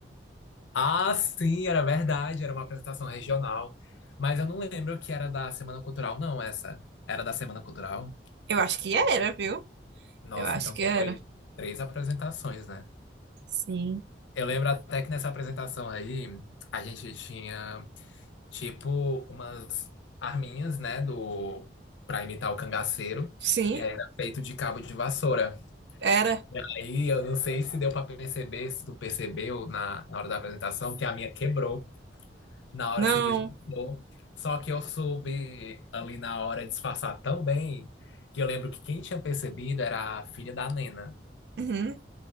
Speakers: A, on the left; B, on the right.
A: Ah, sim, era verdade, era uma apresentação regional. Mas eu não lembro que era da Semana Cultural, não, essa. Era da Semana Cultural?
B: Eu acho que era, viu?
A: Nossa,
B: Eu acho
A: então
B: que era.
A: foi três apresentações, né?
B: Sim.
A: Eu lembro até que nessa apresentação aí, a gente tinha, tipo, umas arminhas, né, do... pra imitar o cangaceiro.
B: Sim,
A: E aí era feito de cabo de vassoura.
B: era.
A: E aí, eu não sei se deu pra perceber, se tu percebeu na, na hora da apresentação, que a minha quebrou. Na hora
B: Não.
A: se desmontou. Só que eu soube ali na hora disfarçar tão bem que eu lembro que quem tinha percebido era a filha da Nena.
B: Uhum.